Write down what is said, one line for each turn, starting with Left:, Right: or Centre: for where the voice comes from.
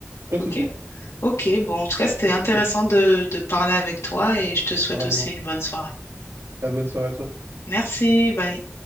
Right: pas de
Left: Ok.
Right: souci.
Left: Ok. Bon, en tout cas, c'était
Right: Je
Left: intéressant
Right: te souhaite
Left: de, de parler avec toi et je te souhaite
Right: pareillement.
Left: aussi une bonne soirée.
Right: Ah, bonne soirée à toi.
Left: Merci. Bye.